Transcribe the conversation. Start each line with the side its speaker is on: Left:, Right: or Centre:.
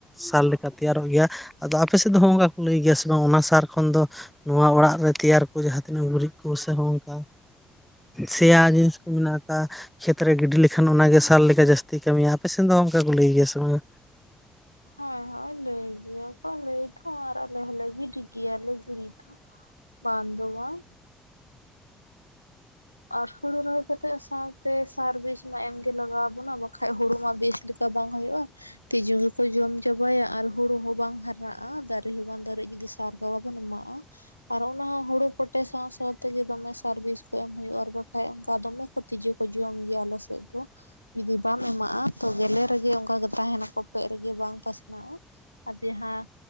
Centre: ᱥᱟᱨ ᱞᱮᱠᱟ ᱛᱮᱭᱟᱨᱚᱜ ᱜᱮᱭᱟ ᱟᱫᱚ ᱟᱯᱮ ᱥᱮᱫ ᱫᱚ ᱦᱚᱸᱜᱼᱚᱭ ᱱᱚᱝᱠᱟ ᱠᱚ ᱞᱟᱹᱭ ᱜᱮᱭᱟ ᱥᱮ ᱵᱟᱝ ᱚᱱᱟ ᱥᱟᱨ ᱠᱷᱚᱱ ᱫᱚ ᱱᱚᱣᱟ ᱚᱲᱟᱜ ᱨᱮ ᱛᱮᱭᱟᱨ ᱠᱚ ᱡᱟᱦᱟᱸ ᱛᱤᱱᱟᱹᱜ ᱜᱩᱨᱤᱡ ᱠᱚ ᱥᱮ ᱱᱚᱝᱠᱟ ᱥᱮᱭᱟ ᱡᱤᱱᱤᱥ ᱠᱚ ᱢᱮᱱᱟᱜ ᱟᱠᱟ ᱠᱷᱮᱛ ᱨᱮ ᱜᱤᱰᱤ ᱞᱮᱠᱷᱟᱱ ᱚᱱᱟᱜᱮ ᱥᱟᱨ ᱞᱮᱠᱟ ᱡᱟᱹᱥᱛᱤ ᱠᱟᱹᱢᱤᱭᱟ ᱟᱯᱮ ᱥᱮᱱ ᱫᱚ ᱚᱱᱠᱟ ᱠᱚ ᱞᱟᱹᱭ ᱜᱮᱭᱟ ᱥᱮ ᱵᱟᱝ?
Left: ᱦᱳᱭ ᱦᱳᱭ ᱞᱟᱹᱭ ᱜᱮᱭᱟ ᱠᱚ ᱞᱟᱹᱭ ᱫᱚ, ᱟᱨ ᱟᱞᱮ ᱦᱚᱸᱞᱮ ᱜᱤᱰᱤ ᱜᱮᱭᱟᱞᱮ ᱜᱤᱲᱤ ᱫᱚ᱾ ᱵᱟᱝ ᱫᱚ ᱵᱟᱝ᱾ ᱟᱨ ᱦᱩᱲᱩ ᱨᱚᱦᱚᱭ ᱠᱟᱛᱮᱜ ᱥᱟᱶᱛᱮ ᱥᱟᱨ ᱵᱤᱥ ᱢᱟ ᱮᱢ ᱜᱮ ᱞᱟᱜᱟᱣ ᱟᱵᱚᱱᱟ ᱵᱟᱠᱷᱟᱡ ᱦᱩᱲᱩ ᱢᱟ ᱵᱤᱥ ᱪᱮᱠᱟ ᱵᱟᱝ ᱦᱩᱭᱩᱜ-ᱟ, ᱛᱤᱡᱩ ᱜᱮᱠᱚ ᱡᱚᱢ ᱪᱟᱵᱟᱭᱟ ᱟᱨ ᱦᱩᱲᱩ ᱦᱚᱸ ᱵᱟᱝ ᱦᱟᱨ ᱟᱜ-ᱟ ᱫᱟᱨᱮ ᱦᱚᱸ ᱵᱟᱝ ᱫᱟᱨᱮ ᱡᱩᱫᱤ ᱥᱟᱨ ᱵᱟᱵᱚᱱ ᱮᱢᱟᱜ-ᱟ᱾ ᱟᱨ ᱚᱱᱟ ᱦᱚᱸ ᱦᱩᱲᱩ ᱯᱚᱴᱮ ᱥᱟᱶ ᱥᱟᱶᱛᱮᱜᱮ ᱫᱚᱢᱮ ᱥᱟᱨᱵᱤᱥ ᱦᱩᱭᱩᱜ-ᱟ, ᱟᱨ ᱵᱟᱠᱷᱟᱡ ᱚᱱᱠᱟ ᱫᱚᱢᱮ ᱠᱚ ᱛᱤᱡᱩ ᱠᱚ ᱡᱚᱢ ᱜᱮᱭᱟ ᱟᱞᱮ ᱥᱮᱫ ᱫᱚ᱾ ᱡᱩᱫᱤ ᱵᱟᱢ ᱮᱢᱟᱜ-ᱟ ᱛᱚ ᱜᱮᱞᱮ ᱨᱮᱜᱮ ᱚᱝᱠᱟ ᱜᱮ ᱛᱟᱦᱮᱱᱟ ᱠᱚᱯᱮᱜ ᱨᱮᱜᱮ ᱵᱟᱝ ᱯᱟᱥᱱᱟᱜ-ᱟ᱾ ᱟᱨ ᱡᱟᱦᱟᱸ